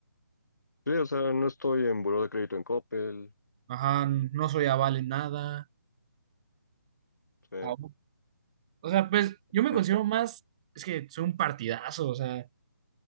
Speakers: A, on the left (about 70°); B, on the right (about 20°).
A: Sí, o sea, no estoy en buró de crédito en Coppel.
B: Ajá, no soy aval en nada.
A: Sí.
B: Au. O sea, pues yo
A: <laughs>
B: me considero más, es que soy un partidazo, o sea,